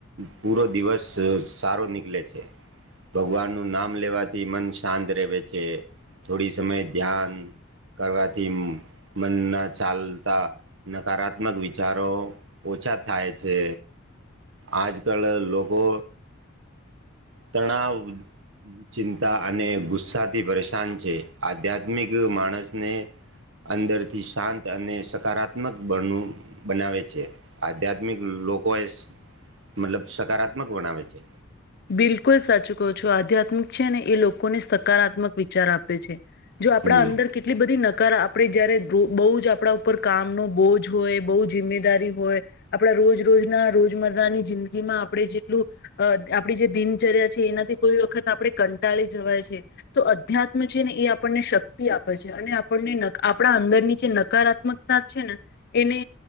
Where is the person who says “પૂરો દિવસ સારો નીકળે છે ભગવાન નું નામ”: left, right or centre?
Right